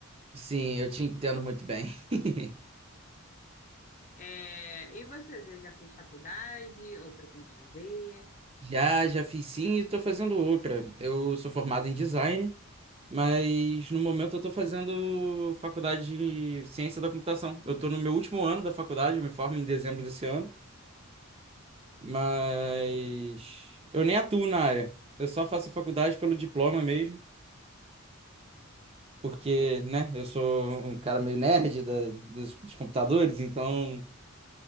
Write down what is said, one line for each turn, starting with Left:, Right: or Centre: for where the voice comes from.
Right: Sim, eu te entendo muito bem. <laughs>
Left: É, e você, você já fez faculdade ou pretende fazer?
Right: Já, já fiz sim e tô fazendo outra. Eu sou formado em design, mas no momento eu tô fazendo faculdade de ciência da computação. Eu tô no meu último ano da faculdade, eu me formo em dezembro desse ano, mas eu nem atuo na área. Eu só faço faculdade pelo diploma mesmo. porque, né, eu sou um cara meio nerd da- dos, dos computadores, então